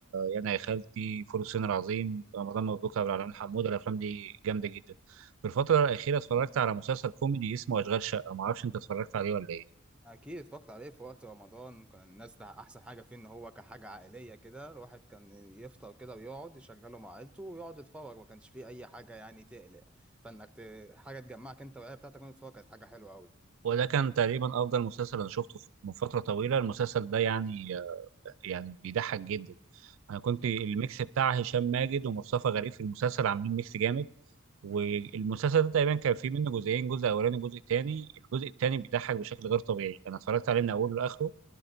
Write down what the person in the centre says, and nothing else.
اكيد اتفرجت عليه في وقت رمضان كان الناس ده احسن حاجه فيه ان هو كحاجه عائليه كده الواحد كان يفطر كده ويقعد يشغله مع عيلته ويقعد يتفرج ما كانش فيه اي حاجه يعني تقلق فانك ت... حاجه تجمعك انت والعيله بتاعتك وانت بتتفرج كانت حاجه حلوه قوي
امم